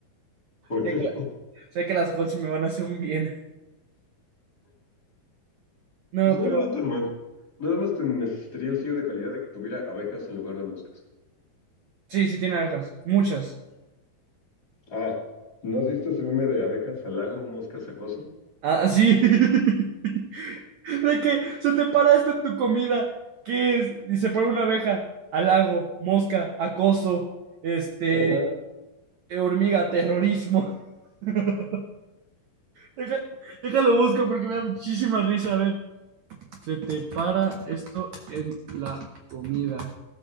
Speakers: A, on the left; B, on the right.
A: ¿Por qué?
B: Sé que,
A: <laughs>
B: sé que las Halls me van a hacer un bien. No,
A: Pues no
B: pero
A: lo veo tan mal. Nada más te necesitaría el sello de calidad de que tuviera abejas en lugar de moscas.
B: sí, sí tiene abejas, muchas.
A: Ah, ¿no has visto ese meme de abejas al lago, moscas acoso?
B: Ah, así. <laughs> De que se te para esto en tu comida. ¿Qué es? Y se pone una abeja. Halago, mosca, acoso, este,
A: Ajá.
B: hormiga, terrorismo. <laughs> Deja- déjalo busco porque me da muchísima risa. A ver, se te para esto en la comida.